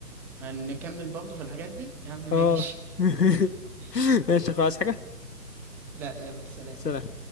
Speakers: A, in the centre; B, on the left.
A: هنكمل برضه في الحاجات دي يا عم ماشي
B: اه <laughs>
A: <laughs>
B: ماشي خلاص حاجة
A: لا يلا سلام
B: سلام